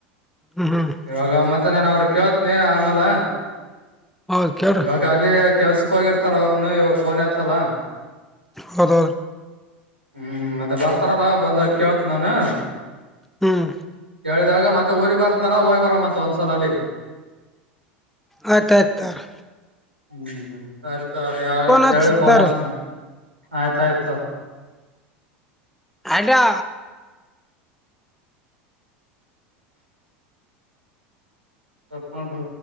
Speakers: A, in the centre; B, on the right (about 85°).
A: ಹ್ಮ್ ಹ್ಮ್
B: ಇವಾಗ ಮತ್ತೆ ನಾನ ಅವ್ರ ಕೇೇಳತ್ನಿ ಆಮೇಾಲ
A: ಹೌದ್ ಕೇಳ್ರಿ
B: ಇವಾಗ ಅಲ್ಲಿ ಕೆಲ್ಸಕ್ ಹೋಗಿರ್ತಾರ ಅವ್ರನು ಇವಾಗ ಫೋನ್ ಎತ್ತಲ್ಲ
A: ಹೌದ
B: ಹ್ಮ್ ಮತ್ತೆ ಬರ್ತಾರಲ್ಲಾ ಬಂದ ಕೇೇಳತ್ ನಾನು
A: ಹಾ ರಿ
B: ಕೇಳಿದಾಗ ಮತ್ತೆ ಊರಿಗೆ ಬರ್ತ್ನನಾಣ್ಣ ಹೋಗಿ ಬರ್ಂತ ಒಂದ್ಸಲಲ್ಲಿ
A: ಆಯ್ತ ಆಯ್ತ ತೋರಿ
B: ಹು ಸರಿ ತೋರಿ ಯಾವಾಗ
A: ಹಚ್ತಾರ
B: ಕೇಳಿ ಫೋನ್ ಹಚ್ಚತೇನಿ ಆಯ್ತ ಆಯ್ತ ತೋರಿ.
A: ಅದಾ.
B: ಕಟ್ ಮಾಡ್ ಬ್ರೋ